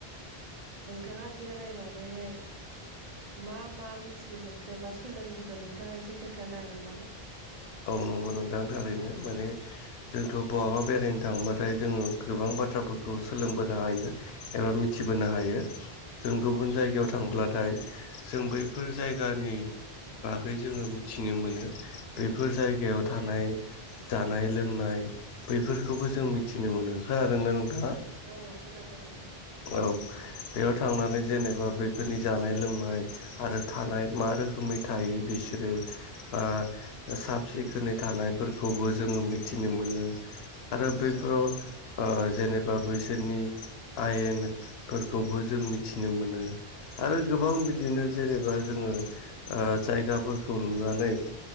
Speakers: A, on the right; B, on the left.
A: नोंथाङा बेरायनानैहाय मा मा मिथिनो मोनखो बा सोलोंबोखो नोंथाङा एसे खोन्थानो हागोन नामा?
B: औ नंगौ नोंथां थारैनो माने जोंथ' बहाबा बेरायनो थांबाथाय जोङो गोबां बाथ्राफोरखौ सोलोंबोनो हायो। एबा मिथिबोनो हायो। जों गुबुन जायगायाव थांब्लाथाय जों बैफोर जायगानि बागै जोङो मिथिनो मोनो बैफोर जायगायाव थानाय जानाय लोंनाय बैफोरखौबो जों मिथिनो मोनोखा आरो ना नोंथाङा
A: औ खोनादों नोंथां।
B: औ। बेयाव थांनानै जेनेबा बैफोरनि जानाय लोंनाय आरो थानाय मा रोखोमै थायो। बिसोरो आ ओ साब सिखोनै थानायफोरखौबो जोङो मिथिनो मोनो आरो बैफोराव
A: औ
B: ओ जेनेबा बैसोरनि आयेनफोरखौबो जों मिथिनो मोनो। आरो गोबां बिदिनो जेनेबा जोङो ओ जायगाफोरखौ नुनानै